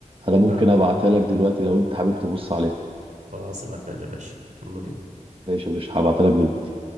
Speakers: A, on the right; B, on the right.
A: انا ممكن
B: اه
A: ابعتها لك دلوقتي لو انت حابب تبص عليها
B: خلاص ابعتها لي يا باشا يلا بينا
A: ماشي يا باشا هبعتها لك دلوقتي